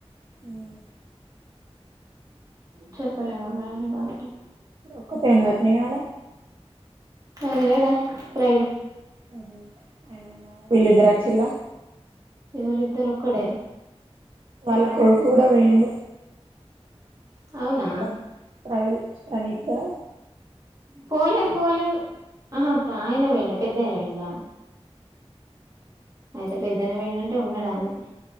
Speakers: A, on the right; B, on the right.
A: మ్
B: చెప్పలేమన్నడట డాక్టర్
A: ఒక్కతె ఉన్నదాట్నా ఇగ
B: ఆయన లేడా ప్ర
A: <unintelligible> వీళ్ళిద్దరోచ్చిళ్ళ
B: ఎవలిద్దారు ఒక్కడే
A: వాళ్ళ కొడుకు కూడా పోఇండు <unintelligible>
B: అవునా
A: ప్ర ప్రనితో
B: పోలేదు పోలేదు ఆహా ఆయన పోఇండ పెద్దయన పోఇండ అయితే పెద్దైనే పొఇండంటే ఉన్నాడు ఆన్నే